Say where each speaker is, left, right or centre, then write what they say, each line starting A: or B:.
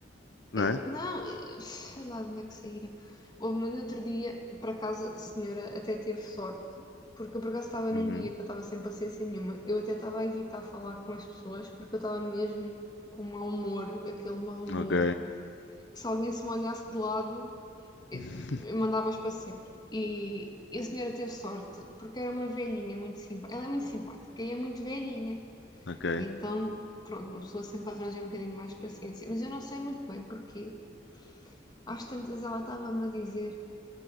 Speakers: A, on the left; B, on the left.
A: não
B: Eh,
A: é?
B: Não, eh, sei lá de onde é que saíram. Houve no outro dia, por acaso, a senhora até teve sorte, porque eu por acaso estava
A: Uhum.
B: num dia que eu estava sem paciência nenhuma. Eu até estava a evitar falar com as pessoas, porque eu estava mesmo com mau humor, daquele mau humor,
A: Ok,
B: que se alguém se me olhasse de lado, eu,
A: <laughs>
B: eu mandava-os passear. E, e a senhora teve sorte, porque era uma velhinha muito simpática. Ela é muito simpática e é muito velhinha.
A: ok.
B: E Então, pronto, uma pessoa sempre arranja um bocadinho mais de paciência. Mas eu não sei muito bem porquê. Às tantas ela estava-me a dizer